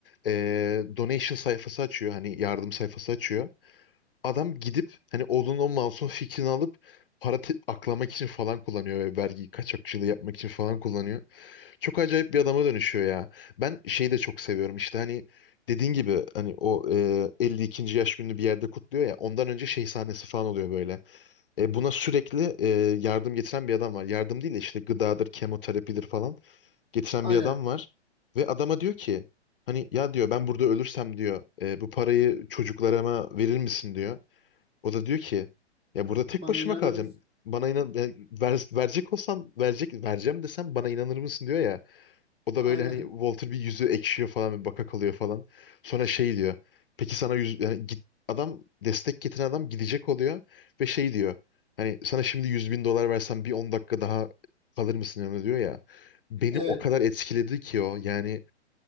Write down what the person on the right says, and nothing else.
Aynen.
Bana
inanır
mısın?
<laughs>
Aynen.
Evet.